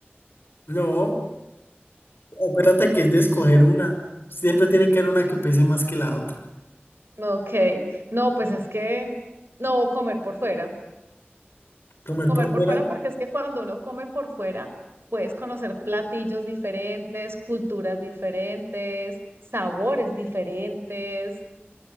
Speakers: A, on the left; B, on the right.
A: No, acuérdate que es de escoger una. Siempre tiene que haber una que pese más que la otra.
B: Ok, no, pues es que no comer por fuera,
A: ¿Comer
B: comer
A: por
B: por
A: fuera?
B: fuera porque es que cuando uno come por fuera puedes conocer platillos diferentes, culturas diferentes, sabores diferentes.